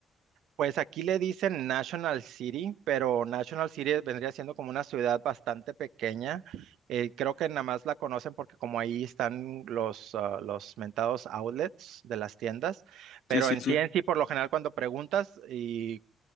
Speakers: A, on the right; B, on the left.
A: Pues aquí le dicen National City, pero National City vendría siendo como una ciudad bastante pequeña. Eh, creo que nada más la conocen porque como ahí están los, ah, los mentados outlets de las tiendas, pero
B: Sí, sí,
A: en
B: sí,
A: sí en sí, por lo general cuando preguntas y